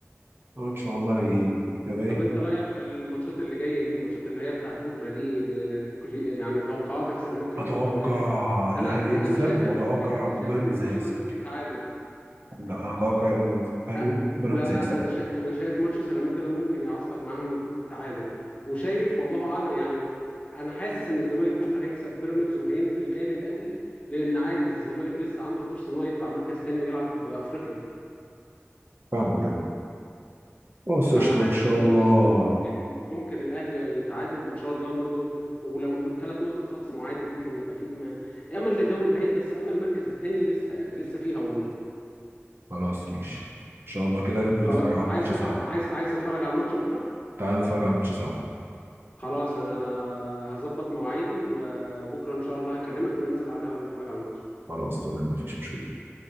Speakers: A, on the right; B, on the left.
A: أه، ان شاء الله ي- تبقى ايه
B: طب انت رأيك في الماتشات اللي جاية دي الماتشات اللي هي بتاعت بكرة دي بكل... يعني توقعاتك سيراميكا كليوباترا
A: اتوقع
B: والأهلي
A: الاهلي
B: انا انا
A: يكسب
B: انا شايف
A: واتوقع
B: ان ممكن انا
A: بيراميدز
B: شايف ان الماتش
A: هيكسب
B: ده ممكن تعادل
A: لا انا اتوقع الاهلي
B: أ-
A: وبيراميدز
B: لا
A: هيكسب
B: انا شا... انا شايف ماتش سيراميكا ده ممكن يعصلك معاهم تعادل وشايف والله اعلم يعني انا حاسس ان الزمالك بكرة هيكسب بيراميدز وهينزل غالي قوي لان عادي الزمالك لسه عنده فرصة ان هو يطلع مركز تاني ويلعب بأفريقيا
A: فاهمك يعني بص
B: فانا
A: قشطة
B: حاسس
A: ان شاء
B: ان
A: الله
B: ممكن ممكن الاهلي يتعادل ان شاء الله برضو ولو ثلاث نقط اتخصموا عادي ممكن يبقى في امل امل للدوري بعيد بس امل المركز الثاني لسه لسه فيها والله
A: خلاص ماشي ان شاء الله كده نبدأ
B: خلاص
A: نتفرج على الماتش
B: عايز
A: سوا
B: عايز عايز تتفرج على الماتش بكره
A: تعال نتفرج على الماتش سوا
B: خلاص انا هظبط مواعيدي وبكره ان شاء الله هكلمك وننزل على القهوه نتفرج على الماتش
A: خلاص تمام مفيش مشكلة